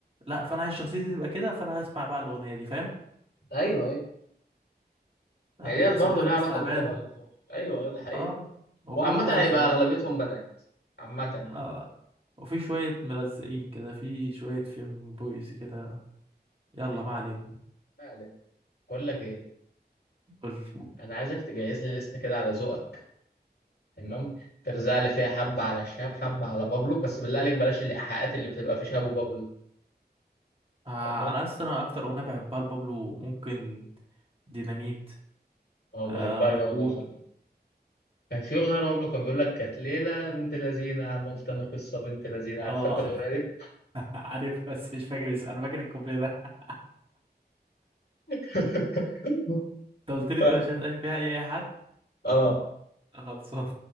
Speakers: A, on the right; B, on the left.
A: لا فانا عايز شخصيتي تبقى كده فانا هسمع بقى الاغنيه دي فاهم
B: ايوه ايوه
A: لا
B: ما هي
A: يا
B: ديت
A: بصراحه
B: برضه ليها
A: ناس
B: علاقة
A: تعبانه
B: بالطبقة الاجتماعية ايوه ايوه ده حقيقة
A: اه هو
B: وعامة
A: كله داخل
B: هيبقى
A: في بعضه
B: اغلبيتهم بنات عامة يعني
A: اه وفي شويه ملزقين كده في شويه فيم بويز كده يلا
B: أيوة.
A: ما علينا
B: ما علينا بقول لك ايه
A: قول لي
B: انا عايزك تجهز لي لستة كده على ذوقك تمام ترزع لي فيها حبة على شهاب حبة على بابلو بس بالله عليك بلاش الايحاءات اللي بتبقى في شهاب وبابلو
A: آه
B: تمام
A: انا اصلا انا اكتر اغنيه بحبها لبابلو ممكن ديناميت
B: اه
A: آه
B: بحبها
A: راكور
B: جامد عشان كان في أغنية لبابلو كان بيقول لك كانت ليلة بنت لذينة عملت أنا قصة بنت لذينة عارف
A: اه
B: أنت الأغنية
A: <laughs>
B: دي؟
A: عارف بس مش فاكر اسمه انا فاكر الكوبليه ده
B: <laughs>
A: انت قلت لي
B: ف...
A: انت مش عايز اي فيها اي حد
B: آه
A: خلصان